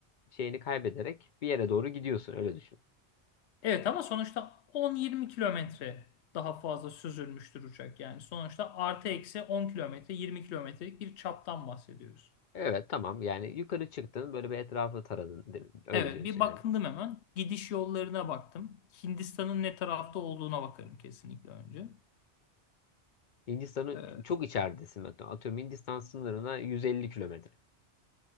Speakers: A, on the left; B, on the left.
A: şeyini kaybederek bir yere doğru gidiyorsun. Öyle düşün.
B: evet ama sonuçta 10-20 kilometre daha fazla süzülmüştür uçak. Yani sonuçta artı eksi 10 kilometre 20 kilometrelik bir çaptan bahsediyoruz.
A: Evet tamam yani yukarı çıktın böyle bir etrafı taradın. değil mi? Öyle
B: Evet
A: diyorsun
B: bir bakındım
A: yani.
B: hemen. Gidiş yollarına baktım. Hindistan'ın ne tarafta olduğuna bakarım kesinlikle önce.
A: Hindistan'ın
B: Ee,
A: çok içeridesin. hatta. Atıyorum Hindistan sınırına 150 kilometre.